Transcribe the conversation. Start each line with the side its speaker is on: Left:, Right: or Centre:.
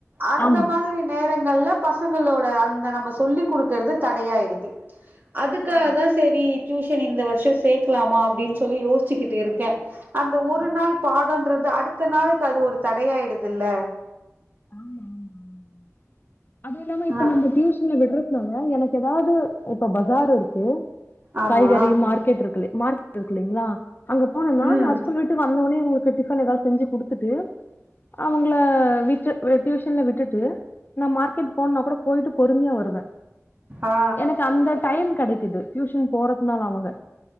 Right: அந்த
Left: ஆமா
Right: மாதிரி நேரங்கள்ல பசங்களோட அந்த நம்ப சொல்லி குடுக்கறது தடையாயிடுது அதுக்காகதா
Left: ஆ
Right: செரி ட்யூஷன் இந்த வர்ஷ சேக்கலாமா அப்டின் சொல்லி யோசிச்சிக்கிட்டு இருக்கே அந்த
Left: ஆ
Right: ஒரு
Left: ஆமா
Right: நாள் பாடோன்றது அடுத்த நாளுக்கு அது ஒரு தடையாயிடுதில்ல
Left: ஆமா ஆமா ஆமா அதுவு இல்லாம இப்ப
Right: ஆ
Left: நம்ப ட்யூசன்ல விட்றதுனால எனக்கு ஏதாவுது இப்ப பஜார் இருக்கு
Right: ஆமா
Left: காய்கறி மார்கெட்ருக்கில்லே மார்கெட் இருக்குல்லீங்களா அங்க போனன்னா
Right: ம்
Left: நா ஸ்கூல் வீட்டுக்கு வந்தோனே இவுங்குளுக்கு டிஃபன் எதாவ்து செஞ்சு குடுத்துட்டு அவுங்கள விட்டு வேற ட்யூஷன்ல விட்டுட்டு நா மார்க்கெட் போன்னா கூட போய்ட்டு பொறுமையா வருவே
Right: ஆ
Left: எனக்கு அந்த டைம் கெடைக்குது ட்யூஷன் போறத்துனால அவுங்க